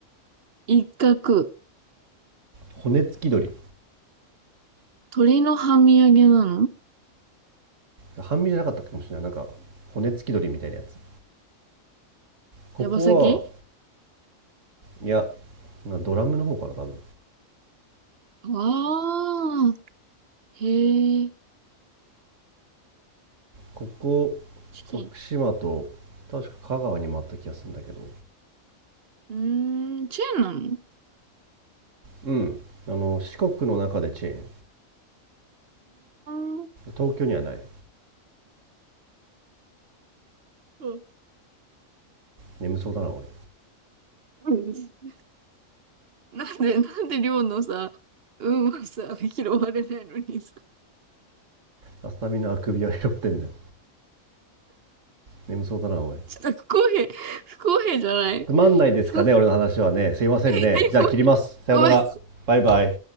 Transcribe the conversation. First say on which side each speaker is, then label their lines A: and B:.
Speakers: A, on the right; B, on the right.
A: 一角。
B: 骨付き鳥。
A: 鳥の半身揚げなの
B: 半身じゃなかったかもしれない。なんか、骨付き鳥みたいなやつ。ここは、
A: 手羽先
B: いや、ドラムの方かな、多分。
A: ああー。へえ。
B: ここ、
A: チキン。
B: 徳島と、確か香川にもあった気がするんだけど。
A: うーん、チェーンなの
B: うん。あの、四国の中でチェーン。
A: ああー。
B: 東京にはない。
A: うん
B: 眠そうだな、おい。
A: なんで、なんで寮のさ、運はさ、拾われないのにさ。
B: アスタミのあくびを拾ってんだよ。眠そうだな、おい。
A: ちょっと不公平、不公平じゃない
B: つまんないですかね、
A: 不公
B: 俺の話はね。すいませんね。
A: 平
B: じゃあ切ります。
A: <laughs>、不
B: さよなら。
A: 公平
B: バイバイ。